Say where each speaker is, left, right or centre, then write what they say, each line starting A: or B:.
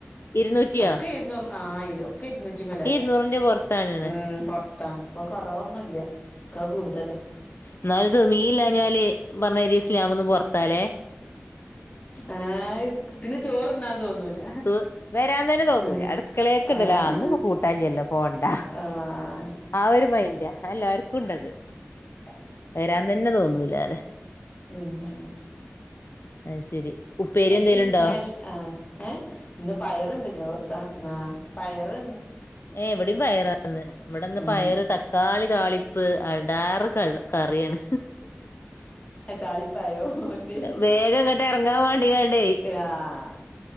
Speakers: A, on the left (about 65°); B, on the left (about 35°).
A: ഇരുന്നൂറ്റിയോ
B: ഒക്കെ ഇരുന്നൂറ് ആ ഇര് ക്കെ ഇരുന്നൂറ്റി മേല
A: ഇരുന്നൂറിന്റെ പുറത്താണ്
B: ഉം പൊർത്താ ഇപ്പൊ കൊറവൊന്നുല്ല ഒക്കെ കൂടുതലന്നെ
A: ഇന്നാല് മീൻ ഇല്ലാഞ്ഞാല് പറഞ്ഞയ്രി ഇസിലാമ്ന്ന് പുറത്താലേ
B: ആഹ് ത്ന് ചോറ്ന്നാൻ തോന്നൂല
A: ത് വരാൻ തന്നെ തോന്നൂല
B: ആഹ്
A: അടുക്കളെക്ക്ണ്ടല്ലോ
B: ആഹ്
A: ഇന്ന് പ്പോ കൂട്ടാൻ ഇല്ലല്ലോ പോണ്ട
B: ആഹ്
A: ആഹ് ഒരു മൈന്റ എല്ലാർക്കും ഇണ്ടത്
B: <unintelligible>
A: വരാൻ തന്നെ തോന്നൂല്ല അറയ്യാ
B: ഉം ഉം
A: അയ്ശരി ഉപ്പേരി എന്തേലും
B: ഈ
A: ഇണ്ടോ?
B: സ്മെൽ ആഹ് ഏഹ് ഇന്ന് പയറ്ണ്ട് വെക്കാം ആഹ് പയറ്ണ്ട്
A: ഏഹ് ഇവടിം പയറാന്ന് ഇവടെന്ന്
B: ഉം
A: പയറ് തക്കാളി താളി പ്പ് അടാറ് ക കറിയാണ്
B: താളിപ്പായോ എന്തെ
A: വേഗം ഇങ്ങട്ട് എറങ്ങാൻ വേണ്ടിക്കാണ്ടേ
B: ആഹ്